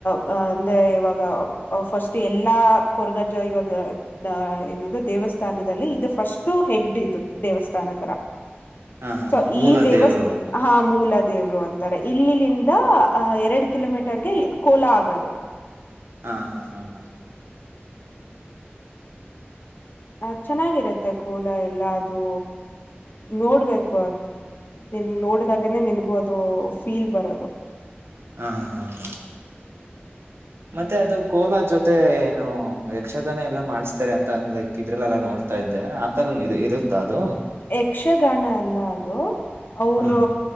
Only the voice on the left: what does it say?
ಆ ಅ ಅಂದ್ರೆ ಇವಾಗ ಫಸ್ಟ್ ಎಲ್ಲಾ ಕೊರಗಜ್ಜ ಇವಾಗ ಏನದು ದೇವಸ್ಥಾನದಲ್ಲಿ ಇದು ಫಸ್ಟ್ ಹೆಡ್ ಇದು ದೇವಸ್ಥಾನ ತರ
ಸೊ
ಈ ದೇವಸ್ಥ
ಹಾ ಮೂಲದ ದೇವ್ರು ಅಂತಾರೆ ಇಲ್ಲಿಂದ ಎರಡ್ ಕಿಲೋಮೀಟರ್ಗೆ ಕೋಲಾ ಆಗೋದು
ಅ ಚೆನ್ನಾಗಿರತ್ತೆ ಕೋಲಾ ಎಲ್ಲ ಅದು ನೋಡ್ಬೇಕು ನಿನ್ ನೋಡ್ದಾಗನೇ ನಿನ್ಗೂ ಅದು ಫೀಲ್ ಬರೋದು
ಯಕ್ಷಗಾನ ಎಲ್ಲ ಅದು ಅವರು